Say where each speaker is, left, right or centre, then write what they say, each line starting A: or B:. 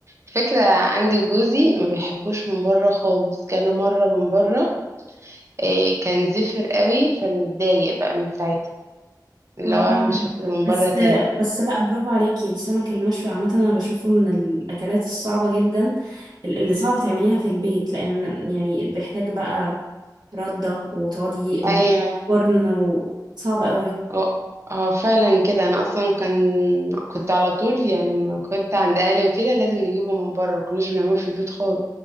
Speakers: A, on the right; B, on the right.
A: الفكرة عندي جوزي ما بيحبوش من بره خالص كله مرة من بره إيه كان زفر قوي فمتضايق بقى من ساعتها اللي
B: مم.
A: هو مش هاكل من
B: بس
A: بره تاني
B: بس لا برافو عليكي السمك المشوي عامة انا بشوفه من الاكلات الصعبة جدا ال- اللي صعبة تعمليها في البيت لان يعني بيحتاج بقى ردة وتقعدي قدام
A: ايوه
B: الفرن وصعب قوي
A: هو هو فعلا كده انا اصلا كان كنت على طول يعني لما كنت عند اهلي وكده لازم نجيبه من بره ما كناش بنعمله في البيت خالص